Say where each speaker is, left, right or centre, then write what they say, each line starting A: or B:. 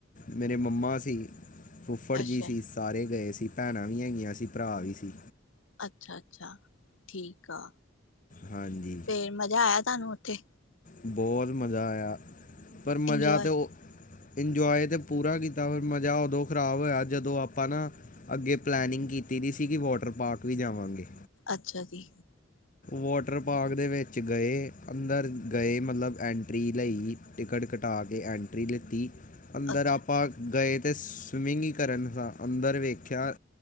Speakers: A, on the left (about 40°); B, on the left (about 85°).
A: ਮੇਰੇ ਮੰਮਾ ਸੀ, ਫੁੱਫੜ
B: ਅੱਛਾ।
A: ਜੀ ਸੀ। ਸਾਰੇ ਗਏ ਸ ਅ ਭੈਣਾਂ ਵੀ ਹੈਗੀਆਂ ਸੀਂ। ਭਰਾ ਵੀ ਸੀ।
B: ਅੱਛਾ- ਅੱਛਾ ਠੀਕ ਆ।
A: ਹਾਂਜੀ
B: ਫੇਰ ਮਜ਼ਾ ਆਇਆ। ਸਾਨੂੰ ਉੱਥੇ
A: ਬਹੁਤ ਮਜ਼ਾ ਆਇਆ। ਪਰ ਮਜ਼ਾ
B: ਇੰਜੋਏ
A: ਤਾਂ ਉਹ ਇੰਜੋਏ ਤਾਂ ਪੂਰਾ ਕੀਤਾ। ਫਿਰ ਮਜ਼ਾ ਉਦੋਂ ਖ਼ਰਾਬ ਹੋਇਆ। ਜਦੋਂ ਆਪਾਂ ਨਾ ਅੱਗੇ ਪਲੈਨਿੰਗ ਕੀਤੀ। ਦੀ ਸੀ ਕਿ ਵਾਟਰ ਪਾਰਕ ਵੀ ਜਾਵਾਂਗੇ।
B: ਅੱਛਾ ਜੀ
A: ਵਾਟਰ ਪਾਰਕ ਦੇ ਵਿੱਚ ਗਏ ਅੰਦਰ ਗਏ। ਮਤਲਬ ਐਂਟਰੀ ਲਈ ਟਿਕਟ ਘਟਾ ਕੇ ਐਂਟਰੀ ਲਿੱਤੀ। ਅੰਦਰ
B: ਅੱਛਾ,
A: ਆਪਾਂ ਗਏ। ਅਤੇ ਸਵੀਮਿੰਗ ਹੀ ਕਰਨ ਦਾ ਅੰਦਰ ਵੇਖਿਆ